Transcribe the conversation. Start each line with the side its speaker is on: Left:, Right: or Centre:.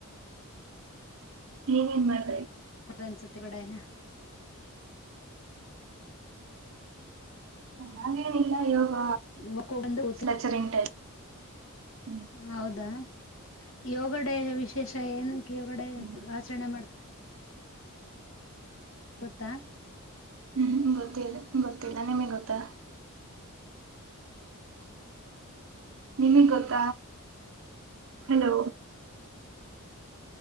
Right: ನೀವೇನ್ ಮಾಡ್
Left: ಅನ್ಸುತ್ತೆ ಕಡೆನ
Right: ಹಾಗೇನಿಲ್ಲ ಯೋಗ
Left: ಓಹೋ ಬಂದು
Right: ಲೆಚರಿಂಗ್ ಟೈಪ್ ಹ್ಮ್
Left: ಹೌದಾ ಯೋಗಡೆ ವಿಶೇಷ ಏನ ಯೋಗಡೆ
Right: ಹ್ಮ್
Left: ಆಚರಣೆ ಮಾಡ್ತ ಗೊತ್ತಾ
Right: ಹ್ಮ್ ಗೊತ್ತಿಲ್ಲ ಗೊತ್ತಿಲ್ಲ ನಿಮಗೆ ಗೊತ್ತಾ ನಿಮಿಗ್ಗೊತ್ತ ಹಲೋ